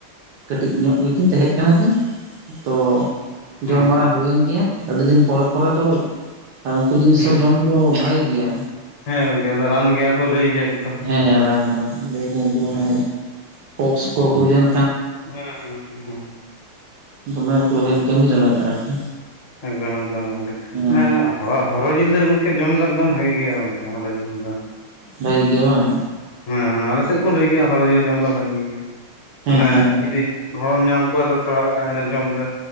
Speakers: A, on the right; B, on the left.
A: ᱠᱟᱹᱴᱤᱡ
B: ᱚ
A: ᱧᱚᱜ ᱜᱮᱠᱤᱱ ᱛᱟᱦᱮᱸᱡ ᱠᱟᱱᱟ ᱠᱤᱱ᱾ ᱛᱚ
B: ᱦᱩᱸ
A: ᱡᱚᱢ ᱵᱟᱲᱟ
B: ᱦᱩᱸ
A: ᱦᱩᱭᱮᱱ ᱜᱮᱭᱟ, ᱟᱹᱰᱤ ᱫᱤᱱ ᱯᱚᱨᱮ ᱯᱚᱨᱮ ᱫᱚ ᱟᱨ ᱩᱱᱠᱩ ᱡᱤᱱᱤᱥ
B: ᱦᱩᱸ
A: ᱦᱚᱸ ᱡᱚᱢ ᱫᱚ ᱵᱷᱟᱜᱮ ᱜᱮᱭᱟ᱾
B: ᱦᱮᱸ ᱜᱚᱝᱠᱮ ᱟᱫᱚ ᱨᱟᱱ ᱜᱮᱭᱟ ᱠᱚ ᱞᱟᱹᱭ ᱜᱮᱭᱟ ᱠᱚᱛᱚ᱾
A: ᱦᱮᱸ ᱨᱟᱢ ᱨᱟᱱ ᱞᱟᱹᱭ ᱟᱠᱚ ᱩᱱᱠᱩ
B: ᱦᱩᱸ
A: ᱚᱱᱮ ᱯᱚᱠᱥ ᱠᱚ ᱦᱩᱭ ᱞᱮᱱ
B: ᱦᱮᱸ ᱦᱩᱸ ᱦᱩᱸ ᱦᱩᱸ ᱦᱩᱸ᱾
A: ᱫᱚᱢᱮ ᱟᱨᱠᱤ ᱵᱷᱟᱜᱮ ᱠᱟᱹᱢᱤ ᱨᱮ ᱞᱟᱜᱟᱜ-ᱟ ᱟᱨᱠᱤ᱾
B: ᱮᱠᱫᱚᱢ ᱮᱠᱫᱚᱢ ᱜᱚᱝᱠᱮ
A: ᱦᱮᱸ
B: ᱢᱟᱱᱮ ᱦᱚᱲᱚ ᱦᱚᱨᱚ ᱡᱤᱞ ᱫᱚ ᱜᱚᱝᱠᱮ ᱡᱚᱢ ᱫᱚ ᱮᱠᱫᱚᱢ ᱵᱷᱟᱜᱮ ᱜᱮᱭᱟ ᱜᱚᱝᱠᱮ ᱦᱚᱨᱚ ᱡᱤᱞ ᱫᱚ᱾
A: ᱵᱷᱟᱹᱜᱮ ᱜᱮᱭᱟ ᱵᱟᱝ?
B: ᱦᱮᱸ ᱦᱮᱸ ᱟᱞᱮ ᱥᱮᱫ ᱠᱚ ᱞᱟᱹᱭ ᱜᱮᱭᱟ ᱦᱚᱨᱚ ᱡᱤᱞ ᱡᱚᱢ ᱫᱚ ᱵᱷᱟᱜᱮ ᱜᱮᱭᱟ,
A: ᱦᱮᱸ
B: ᱢᱟᱱᱮ
A: ᱦᱮᱸ
B: ᱡᱩᱫᱤ ᱦᱚᱲᱚᱢ ᱧᱟᱢ ᱠᱚᱣᱟ ᱛᱷᱚᱲᱟ ᱟ ᱚᱱᱮ ᱡᱚᱢ ᱫᱚ